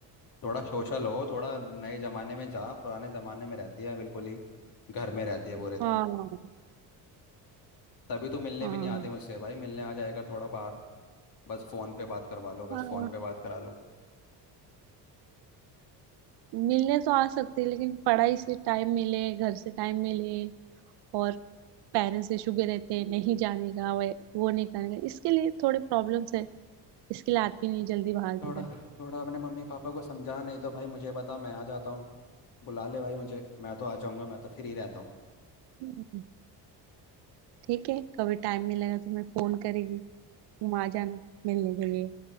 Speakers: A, on the left; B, on the right.
A: थोड़ा सोशल हो थोड़ा नए जमाने में जा पुराने जमाने में रहती है बिल्कुल ही घर में रहती है पूरे दिन
B: हाँ
A: तभी तो मिलने
B: हाँ
A: भी नहीं आते मुझसे भाई मिलने आ जाएगा थोड़ा बाहर बस फोन पे बात करवा लो बस
B: हाँ
A: फोन पे बात करा लो
B: मिलने तो आ सकते हैं लेकिन पढ़ाई से टाइम मिले घर से टाइम मिले और पेरेंट्स इशू भी रहते हैं नहीं जाने का वे- वो नहीं करने का इसके लिए थोड़े प्रॉब्लम्स है इसके लिए आती नहीं जल्दी बाहर की
A: थोड़ा
B: तरफ
A: थोड़ा अपने मम्मी पापा को समझा नहीं तो भाई मुझे बता मैं आ जाता हूँ बुला ले भाई मुझे मैं तो आ जाऊंगा मैं तो फ्री रहता हूँ
B: हम्म, ठीक है कभी टाइम मिलेगा तो मैं फोन करेगी तुम आ जाना मिलने के लिए